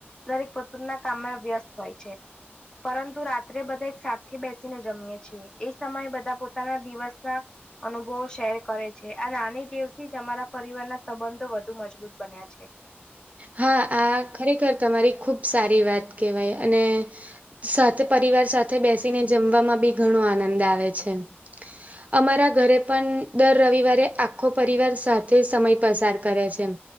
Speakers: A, on the left; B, on the right.
A: દરેક પોતના કામમાં વ્યસ્ત હોય છે. પરંતુ રાત્રે બધા એક સાથી બેસીને જમીએ છે એ સમયે બધા પોતાના દિવસના અનુભવો શેર કરે છે આ રાની દેવ થી જ અમારા પરિવારના સંબંધો વધુ મજબૂત બન્યા છે. છે.
B: હા આ ખરેખર તમારી ખુબ સારી વાત કેહેવાય અને સાથે પરિવાર સાથે બેસીને જમવામાં બી ઘણો આનંદ આવે છે. અમારા ઘરે પણ દર રવિવારે આખો પરિવાર સાથે સમય પસાર કરે છે.